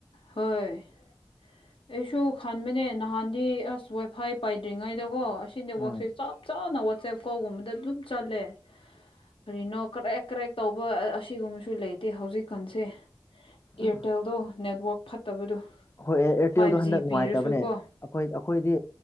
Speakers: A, on the left; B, on the left.
A: ꯍꯣꯏ
B: <inaudible>
A: ꯑꯩꯁꯨ ꯈꯟꯥꯟꯕꯅꯦ ꯅꯍꯥꯟꯗꯤ ꯑꯁ ꯋꯥꯏ ꯐꯥꯏ ꯄꯥꯏꯗ꯭ꯔꯤꯉꯩꯗꯀꯣ ꯑꯁꯤ ꯅꯦꯠꯋꯥꯛꯁꯦ
B: ꯎꯝ
A: ꯆꯞ ꯆꯥꯅ ꯋꯥꯆꯦꯞ ꯀꯧꯜꯒꯨꯝꯕꯗ ꯑꯗꯨꯝ ꯆꯠꯂꯦ ꯀꯔꯤꯅꯣ ꯀꯔꯦꯛ ꯀꯔꯦꯛ ꯇꯧꯕ ꯑꯁꯤꯒꯨꯝꯕꯁꯨ ꯂꯩꯇꯦ ꯍꯧꯖꯤꯛꯀꯥꯟꯁꯦ ꯑꯦꯔꯇꯦꯜꯗꯣ
B: ꯎꯝ
A: ꯅꯦꯠꯋꯛ ꯐꯠꯇꯕꯗꯣ
B: ꯍꯣꯏ ꯑꯦ ꯑꯦꯔꯇꯦꯜꯗꯣ
A: ꯐꯥꯏꯚ
B: ꯍꯟꯗꯛ
A: ꯖꯤ
B: ꯅꯨꯡꯉꯥꯏꯇꯕꯅꯦ
A: ꯄꯤꯔꯁꯨ ꯀꯣ
B: ꯑꯩꯈꯣꯏ ꯑꯩꯈꯣꯏꯗꯤ